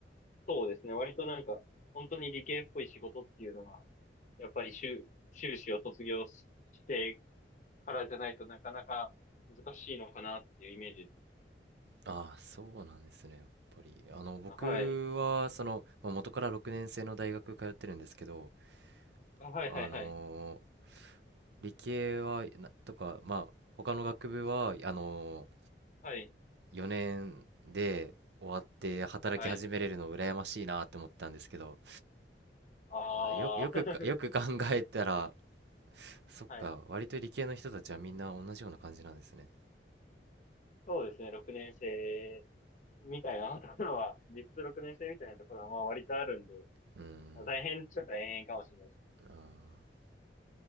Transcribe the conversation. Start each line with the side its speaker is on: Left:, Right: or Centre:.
Left: そうですね。割となんか、本当に理系っぽい仕事っていうのが、やっぱり修、修士を卒業してからじゃないとなかなか難しいのかなっていうイメージですね。
Right: ああ、そうなんですね、やっぱり。あの、僕は、
Left: あはい。
Right: その、まあ、元から6年生の大学通ってるんですけど、
Left: あはいはいはい。
Right: あのー理系は、なとか、まあ、他の学部は、あの
Left: はい。
Right: 4年で終わって働き始めれるの羨ましいなって思ったんですけど、
Left: はい。ああ、
Right: あよ、よくか、よく考えたら、そっか、
Left: <laughs> はい。
Right: 割と理系の人たちはみんな同じような感じなんですね。
Left: そうですね。6年生みたいなところは、実質6年生みたいなところはまあ割とあるんで、
Right: うーん、
Left: まあ大変っちゃ大変かもしれないです。
Right: あー